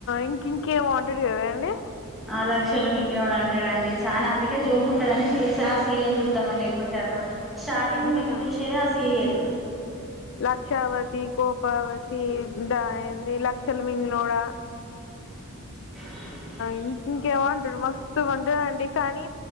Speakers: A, on the left; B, in the centre.
A: ఇంక ఇంకేం అంటారు కదా అండి
B: ఆ లక్షలు మింగినోడు అంటాడు అండి చానా అందుకే జోక్ ఉంటుందని చూ ఆ సీరియల్ చూస్తామండి ఎక్కువ శాతం స్టార్టింగ్
A: మ్మ్
B: మేము చూసేదే ఆ సీరియల్
A: లక్షావతి కో పవతి దా ఏంది లక్షలు మింగినోడా
B: అ
A: ఇంక ఇంకేమ ఉంటాడు మస్తు ఉంటాడండి కానీ